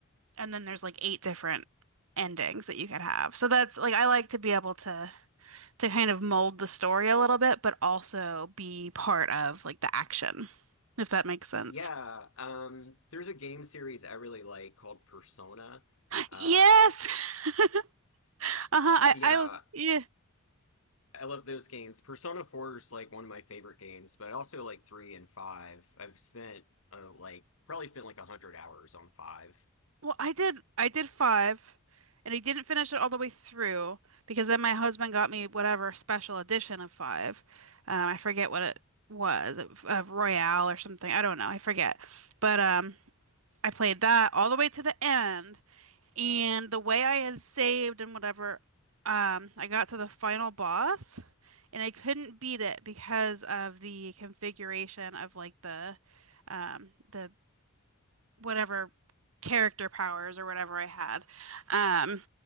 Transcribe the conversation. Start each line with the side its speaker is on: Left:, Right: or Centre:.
Right: and then there's like eight different endings that you could have. So that's like I like to be able to to kind of mold the story a little bit, but also be part of like the action, if that makes sense.
Left: Yeah. Um, there's a game series I really like called Persona. Uh,
Right: Yes. <laughs> Uh-huh. I,
Left: yeah,
Right: I, yeah.
Left: I love those games. Persona 4 is like one of my favorite games, but I also like 3 and 5. I've spent uh, like probably spent like 100 hours on 5.
Right: Well, I did, I did five, and I didn't finish it all the way through because then my husband got me whatever special edition of five. Um, I forget what it was, of of Royale or something. I don't know. I forget. But um, I played that all the way to the end. And the way I had saved and whatever, um, I got to the final boss and I couldn't beat it because of the configuration of like the um the whatever character powers or whatever I had. Um